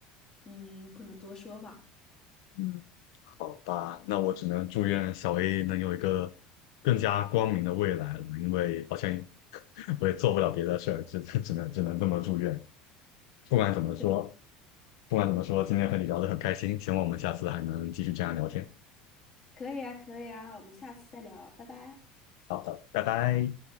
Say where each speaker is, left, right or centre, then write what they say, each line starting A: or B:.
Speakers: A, on the left (about 25°); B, on the left (about 85°).
A: 嗯不能多说吧。
B: 嗯，好吧，那我只能祝愿小 A 能有一个更加光明的未来了，因为好像 <laughs> 我也做不了别的事儿，只只能只能这么祝愿。不管怎么说，
A: 对，
B: 不管怎么说，今天和你聊得很开心，希望我们下次还能继续这样聊天。
A: 可以啊，可以啊，我们下次再聊，拜拜。
B: 好的，拜拜。